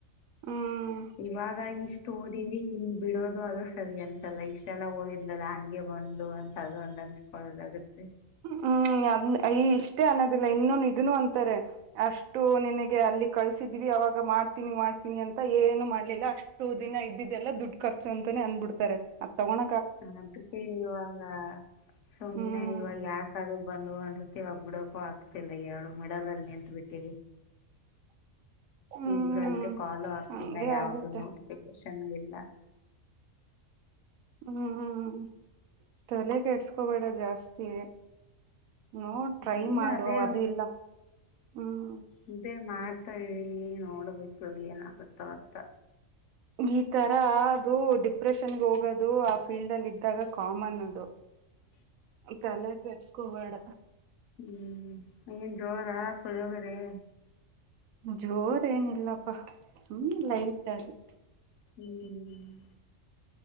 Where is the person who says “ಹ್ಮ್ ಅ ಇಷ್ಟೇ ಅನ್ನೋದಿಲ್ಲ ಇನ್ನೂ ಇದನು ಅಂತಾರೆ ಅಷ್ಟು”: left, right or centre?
Right